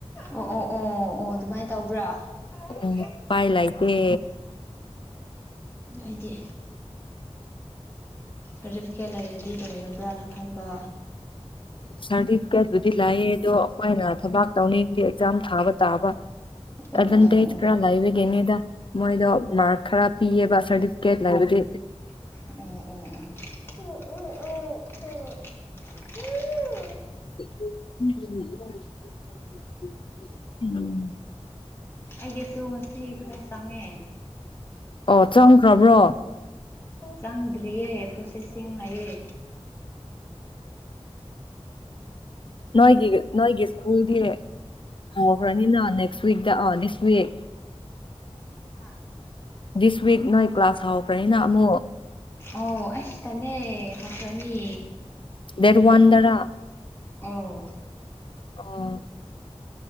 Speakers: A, on the left; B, on the left.
A: ꯑꯣ ꯑꯣ ꯑꯣ ꯑꯣ ꯑꯗꯨꯃꯥꯏꯅ ꯇꯧꯕ꯭ꯔꯥ ꯑꯩꯗꯤ
B: ꯎꯝ ꯎꯄꯥꯏ ꯂꯩꯇꯦ
A: ꯑꯩꯗꯤ ꯁꯥꯔꯇꯤꯐꯤꯀꯦꯠ ꯂꯩꯔꯗꯤ ꯂꯣꯏꯔꯕ꯭ꯔꯅ ꯈꯟꯕ
B: ꯁꯥꯔꯗꯤꯐꯤꯀꯦꯠꯕꯨꯗꯤ ꯂꯥꯛꯑꯦ ꯑꯗꯣ ꯑꯈꯣꯏꯅ ꯊꯕꯛ ꯇꯧꯅꯤꯡꯗꯤ ꯑꯦꯛꯖꯥꯝ ꯊꯥꯕ ꯇꯥꯕ
A: ꯑꯣ
B: ꯑꯦꯠꯕꯟꯇꯦꯖ
A: ꯑꯣ
B: ꯈꯥꯔ ꯂꯥꯏꯕꯒꯤꯅꯤꯗ ꯃꯣꯏꯗꯣ ꯃꯥꯛ ꯈꯥꯔ ꯄꯤꯌꯦꯕ ꯁꯔꯇꯤꯐꯤꯀꯦꯠ ꯂꯩꯥꯔꯗꯤ
A: ꯎꯝ ꯎꯝ ꯎ ꯎ ꯎ ꯎ ꯎ
B: <unintelligible> ꯎꯝ
A: ꯑꯩꯒꯤꯁꯨ ꯉꯁꯤ ꯈꯥꯔ ꯆꯪꯉꯦ
B: ꯑꯣ ꯆꯪꯈ꯭ꯔꯕ꯭ꯔꯣ
A: ꯆꯪꯗ꯭ꯔꯤꯌꯦ ꯄ꯭ꯔꯣꯁꯦꯁꯤꯡ ꯂꯩꯌꯦ
B: ꯅꯣꯏꯒꯤꯒ ꯅꯣꯏꯒꯤ ꯁ꯭ꯀꯨꯜꯗꯤ ꯍꯧꯈ꯭ꯔꯥꯅꯤꯅ ꯅꯦꯛꯁ ꯋꯤꯛ ꯗ ꯑꯥ ꯅꯦꯛꯁꯋꯤꯛ
A: ꯍꯥ
B: ꯗꯤꯁ ꯋꯤꯛ ꯅꯣꯏ ꯀ꯭ꯂꯥꯁ ꯍꯧꯈ꯭ꯔꯦꯅ ꯑꯃꯨꯛ
A: ꯑꯣ ꯑꯁ ꯇꯜꯂꯦ ꯍꯧꯈ꯭ꯔꯅꯤ
B: ꯗꯦꯠ ꯋꯥꯟꯗꯔ
A: ꯑꯧ
B: ꯑꯥ